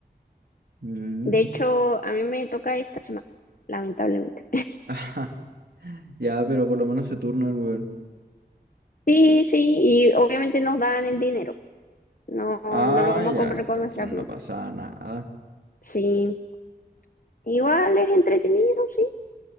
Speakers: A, on the right; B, on the left.
A: Mm.
B: De hecho,
A: <laughs>
B: a mí me toca esta semana, lamentablemente.
A: Ajá, ya, pero por lo menos se turnan, weón.
B: Sí, sí, y obviamente nos dan el dinero, no, no
A: Ah,
B: lo vamos
A: ya,
B: a comprar
A: entonces
B: con nuestra
A: no
B: plata.
A: pasaba nada.
B: Sí, igual es entretenido, sí.